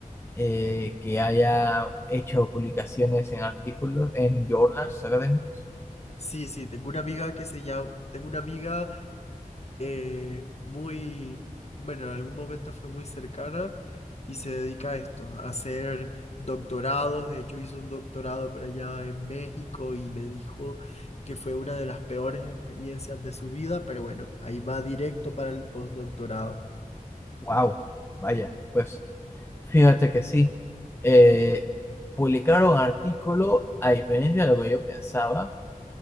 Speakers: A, on the left (about 15°); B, on the left (about 45°).
A: eh, que haya hecho publicaciones en artículos, en journals académicos.
B: Sí, sí, tengo una amiga que se llama, tengo una amiga eh, muy, bueno, en algún momento fue muy cercana y se dedica a esto, a hacer doctorados. De hecho, hizo un doctorado por allá en México y me dijo que fue una de las peores experiencias de su vida, pero bueno, ahí va directo para el postdoctorado.
A: Wow, vaya, pues fíjate que sí. Eh, publicar un artículo, a diferencia de lo que yo pensaba,